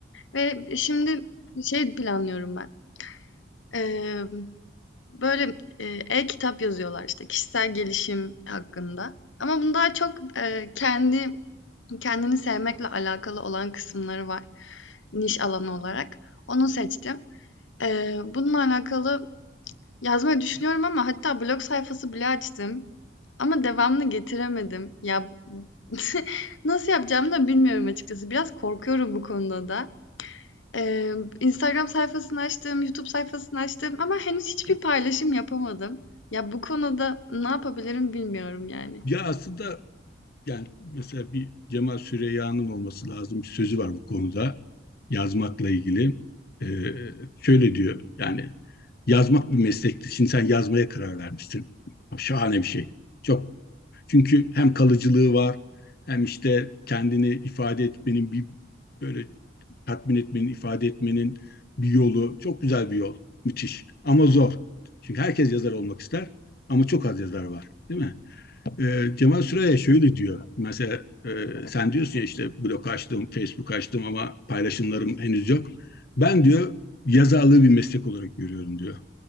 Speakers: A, on the left; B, on the left.
A: ve şimdi şey planlıyorum ben. Emm, böyle, eee, e-kitap yazıyorlar, işte, kişisel gelişim hakkında ama bunun daha çok, eee, kendi kendini sevmekle alakalı olan kısımları var niş alanı olarak. Onu seçtim. Eee, bununla alakalı yazmayı düşünüyorum ama hatta blog sayfası bile açtım ama devamını getiremedim. Ya, <laughs> nasıl yapacağımı da bilmiyorum açıkçası. Biraz korkuyorum bu konuda da. Emm, Instagram sayfasını açtım, YouTube sayfasını açtım ama henüz hiçbir paylaşım yapamadım. Ya, bu konuda ne yapabilirim bilmiyorum yani.
B: Ya aslında yani mesela bir Cemal Süreyya'nın olması lazım bir sözü var bu konuda yazmakla ilgili. Ee, şöyle diyor yani yazmak bir meslektir. Şimdi sen yazmaya karar vermişsin. Şahane bir şey. Çok. Çünkü hem kalıcılığı var hem işte kendini ifade etmenin bir böyle tatmin etmenin, ifade etmenin bir yolu. Çok güzel bir yol. Müthiş. Ama zor. Çünkü herkes yazar olmak ister ama çok az yazar var. Değil mi? Ee, Cemal Süreyya şöyle diyor. Mesela e, sen diyorsun ya işte blog açtım, Facebook açtım ama paylaşımlarım henüz yok. Ben diyor yazarlığı bir meslek olarak görüyorum diyor.